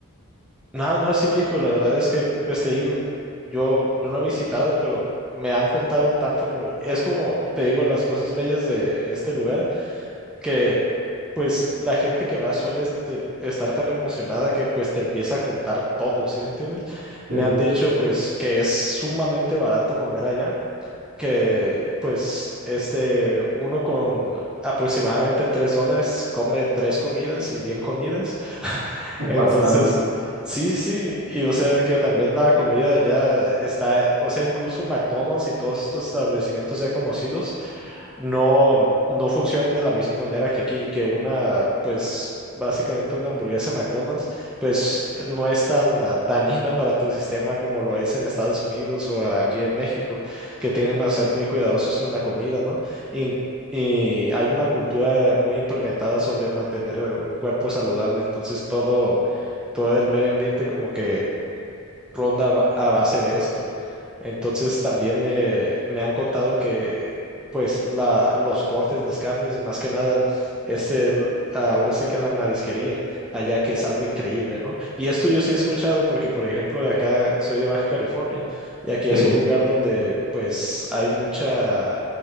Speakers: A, in the centre; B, on the right.
A: No, no, sí, viejo, la verdad es que, pues te digo, yo, yo no he visitado, pero me han contado tanto como, es como, te digo, las cosas bellas de este lugar. que pues la gente que va suele este- estar tan emocionada que pues te empieza a contar todo, ¿sí me entiendes?
B: sí,
A: Me han dicho pues que es sumamente barato comer allá, que pues este uno con aproximadamente tres dólares come tres comidas y bien comidas
B: <laughs>
A: entonces,
B: bastante.
A: sí, sí, y o sea que también la comida de allá está, o sea, incluso McDonald's y todos estos establecimientos ya conocidos no, no funcionan de la misma manera que aquí, que una, pues, básicamente una hamburguesa de McDonald's, pues no es tan ah, dañina para tu sistema como lo es en Estados Unidos o aquí en México, que tienen a ser muy cuidadosos con la comida, ¿no? In- y hay una cultura muy implementada sobre mantener un cuerpo saludable, entonces todo todo el medio ambiente como que ronda a ba- a base de esto. Entonces también me, me han contado que pues la, los cortes, las carnes, más que nada, es el, ahora sí que la marisquería allá que es algo increíble, ¿no? Y esto yo sí he escuchado porque, por ejemplo, de acá soy de Baja California y aquí
B: Sí,
A: es un lugar donde pues hay mucha,